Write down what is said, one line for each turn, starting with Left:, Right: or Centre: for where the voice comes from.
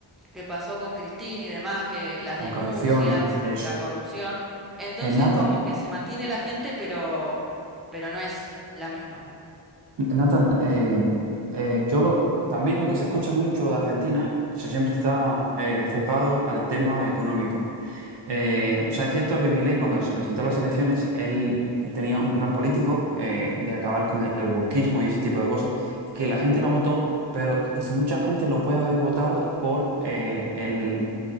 Centre: que pasó con Cristina y demás, que las denuncias,
Right: la corrección, eso.
Centre: la corrupción. Entonces
Right: En Nata,
Centre: como que se mantiene la gente, pero, pero no es la misma.
Right: Nathan, eh, eh, yo lo, también lo que se escucha mucho de Argentina, eso siempre está eh, enfocado al tema económico. Eh, o sea, es cierto que Milei, cuando se presentó a las elecciones, él tenía un plan político eh, de acabar con el, el wokismo y ese tipo de cosas, y que la gente lo votó, pero es- mucha gente lo puede haber votado por eh, el,